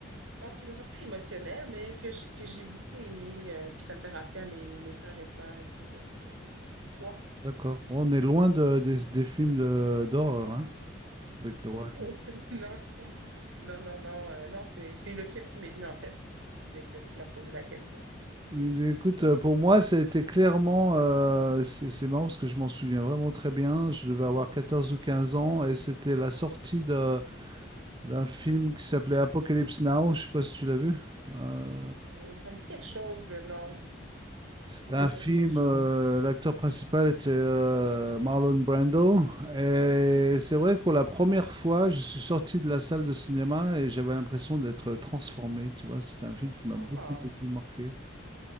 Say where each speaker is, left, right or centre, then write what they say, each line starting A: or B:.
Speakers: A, on the right (about 80°); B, on the right (about 20°).
A: donc, qui me rend pas émotionnelle, mais que j'ai, que j'ai beaucoup aimé, euh, puis ça me fait rappeler à mes, mes frères et sœurs et tout. Donc, euh, oui. Et toi?
B: D'accord. On est loin de- des, des films de- d'horreur, hein, avec le
A: <laughs>
B: roi.
A: Non, non, non, non, euh, non, c'est c'est le film qui m'est venu en tête dès que tu m'as posé la question.
B: Lion. Écoute, euh, pour moi, ça a été clairement. euh, c'est c'est marrant parce que je m'en souviens vraiment très bien. Je devais avoir 14 ou 15 ans et c'était la sortie de- d'un film qui s'appelait Apocalypse Now. Je sais pas si tu l'as vu. Euh,
A: Hmm, Ça me dit quelque chose, le nom.
B: C'est
A: Le
B: un
A: nom me
B: film,
A: dit quelque chose.
B: euh, l'acteur principal était euh, Marlon Brando. Et c'est vrai que pour la première fois, je suis sorti de la salle de cinéma et j'avais l'impression d'être transformé. Tu vois, c'était un film qui m'a
A: Ah,
B: beaucoup, beaucoup marqué.